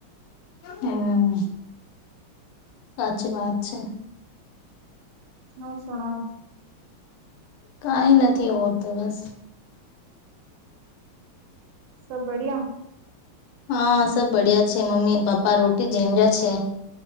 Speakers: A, on the left; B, on the right.
A: હમ્મ. સાચી વાત છે.
B: ઓર સુણાઓ?
A: કઈ નથી આવડ તો બસ
B: સબ બડીયા.
A: હા સબ બડિયા છે મમ્મી પપ્પા રોટી જેમ જ છે.